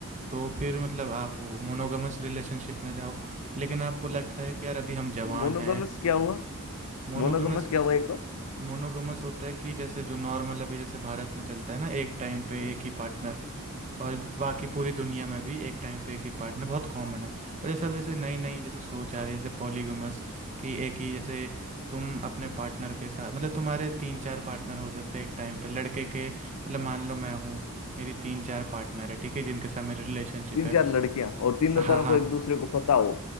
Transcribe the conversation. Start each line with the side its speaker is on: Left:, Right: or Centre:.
Right: तो फिर मतलब आप वो मोनोगमस रिलेशनशिप में जाओ लेकिन आपको लगता है कि यार अभी हम जवान
Left: मोनोगमस
Right: हैं
Left: क्या हुआ
Right: मोनोगमस
Left: मोनोगमस क्या हुआ एक बार
Right: मोनोगमस होता है कि जैसे जो नॉर्मल अभी जैसे भारत में चलता है ना एक टाइम पे एक ही पार्टनर और बाकी पूरी दुनिया में भी एक टाइम पे एक ही पार्टनर बहुत कॉमन है पर जैसे अब जैसे नई नई जैसे सोच आ रही है जैसे पॉलीगमस कि एक ही जैसे तुम अपने पार्टनर के साथ मतलब तुम्हारे तीन चार पार्टनर हो सकते हैं एक टाइम पे लड़के के मतलब मान लो मैं हूँ मेरी तीन चार पार्टनर है ठीक है जिनके साथ मेरी रिलेशनशिप
Left: तीन
Right: है
Left: चार लड़कियां और तीनों
Right: हाँ
Left: तरह
Right: हाँ
Left: को एक दूसरे को पता हो